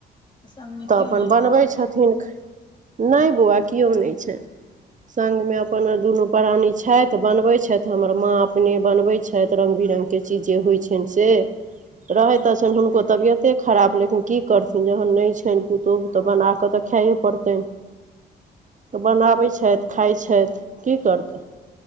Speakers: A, on the left; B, on the right.
A: संगमे
B: तऽ
A: केओ
B: अपन
A: नहि
B: बनबैय
A: रहै छनि
B: छथिन नहि बौआ कियो नहि छै संगमे अपन दुनू प्राानी छथि बनबैय छथि हमर माँ अपने बनबैत छथि रंग बिरंग केँ चीज जे होइत छनि से
A: हँ
B: रहय तऽ छै हुनको तबियते खराब लेकिन की करथिन जहन नहि छनि पुतौहु तऽ बना कऽ तऽ खाये पड़तनि तऽ बनाबै छथि खाइ छथि की करतय